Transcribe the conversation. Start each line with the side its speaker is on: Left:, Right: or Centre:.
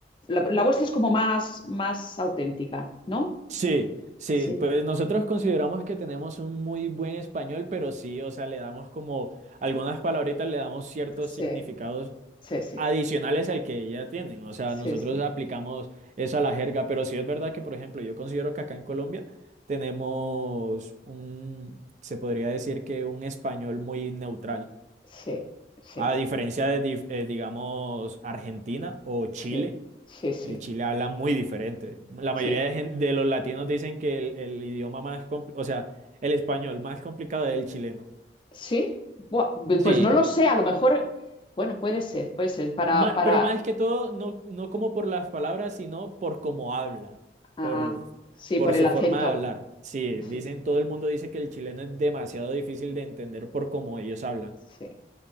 Left: la, la vuestra es como más, más auténtica, ¿no?
Right: sí, sí.
Left: Sí.
Right: Pues nosotros consideramos que tenemos un muy buen español, pero sí, o sea, le damos como algunas palabritas, le damos ciertos
Left: Sí,
Right: significados
Left: sí, sí,
Right: adicionales al que ya tienen. O sea,
Left: sí,
Right: nosotros
Left: sí,
Right: aplicamos eso a la jerga, pero sí es verdad que, por ejemplo, yo considero que acá en Colombia tenemos un, se podría decir que un español muy neutral.
Left: sí, sí,
Right: A diferencia de, dif- eh, digamos, Argentina o Chile,
Left: sí, sí, sí,
Right: el Chile habla muy diferente. La mayoría
Left: sí.
Right: de, gen- de los latinos dicen que el, el idioma más, compli- o sea, el español más complicado es el chileno.
Left: Sí, Buah, pues
Right: Sí,
Left: pues no lo sé, a lo mejor, bueno, puede ser, puede ser, para,
Right: Ma-
Left: para,
Right: pero más que todo, no, no como por las palabras, sino por cómo hablan,
Left: ah,
Right: por,
Left: sí,
Right: por
Left: por el
Right: su
Left: acento.
Right: forma de hablar. Sí,
Left: Sí,
Right: dicen,
Left: sí,
Right: todo el mundo dice que el chileno es demasiado difícil de entender por cómo ellos hablan.
Left: sí,